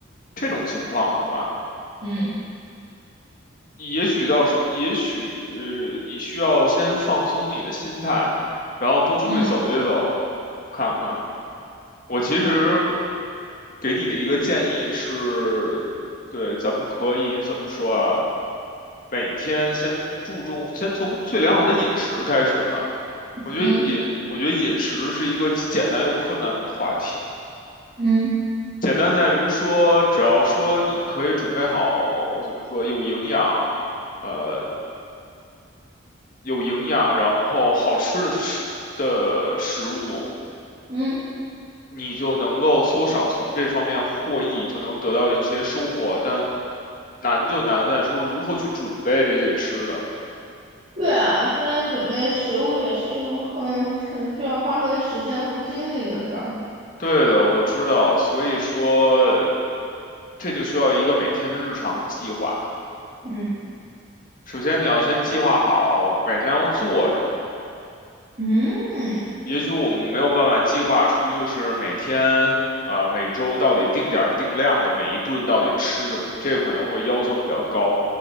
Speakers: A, on the left; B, on the right.
A: 这种情况的话，
B: 嗯
A: 也许到时，也许呃你需要先放松你的心态，然后多出去走一走，
B: 嗯
A: 看看。我其实给你的一个建议是，对，咱们可以怎么说啊？每天先注重，先从最良好的饮食开始吧。我觉得饮，
B: 嗯
A: 我觉得饮食是一个既简单又困难的话题。
B: 嗯
A: 简单在于说，只要说你可以准备好，怎么说，有营养。呃，有营养，然后好吃的食的食物，
B: 嗯，
A: 你就能够多少从这方面获益，就能得到一些收获。但难就难在说如何去准备这些吃的。
B: 对啊，现在准备食物也是一种很很需要花费时间和精力的事儿。
A: 对的，我知道，所以说这就需要一个每天的日常计划。
B: 嗯
A: 首先，你要先计划好每天要做什么。
B: 嗯，
A: 也许我们没有办法计划出，就是每天啊、每周到底定点儿定量的每一顿到底吃什么，这个可能会要求比较高。